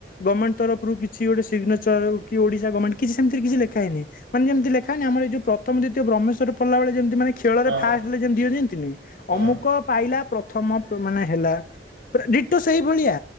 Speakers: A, on the left; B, on the right.
A: ଗଭମେଣ୍ଟରରୁ କିଛି ଗୋଟେ ସିଗ୍ନେଚର କି ଓଡିଶା ଗଭର୍ଣ୍ଣେଣ୍ କି ସେମତି କି ଲୋଇନଁ ମାନ ଯେମିତି ଲୋାଇ ଆର ଏ ଯଉ ପ୍ରଥମ ଦିତୀୟ ବ୍ରହମେଶ୍ୱର ପଲା ବେଳେ ଯେମିତି ମାନେ ଖେଳରେ
B: ହଁ
A: ଫାଷ୍ଟ
B: ହଁ
A: ଯେମତି ଦିଅ ଯେମିତିନି
B: ହଁ
A: ଅମୁକ ପାଇଲା ପ୍ରଥମ ମାନେ ହେଲା ଡିଟ ସେଇ ଭଳିଆ